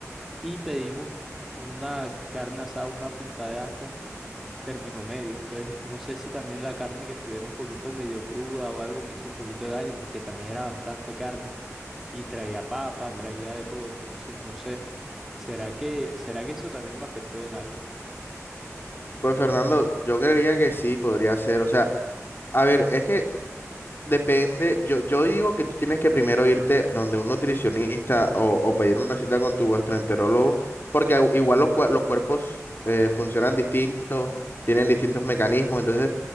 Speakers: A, in the centre; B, on the left.
A: y pedimos una carne asada, una punta de anca, término medio. Entonces, no sé si también la carne que estuviera un poquito medio cruda o algo me hizo un poquito de daño porque también era bastante carne y traía papa,
B: Mm.
A: traía de todo. Entonces, no sé. ¿Será que, será que eso también me afectó en algo?
B: Pues Fernando, yo creería que sí podría ser. O sea, a ver, es que Depende, yo, yo digo que tú tienes que primero irte donde un nutricionista o, o pedir una cita con tu gastroenterólogo, porque au- igual los, cua- los cuerpos eh, funcionan distintos, tienen distintos mecanismos, entonces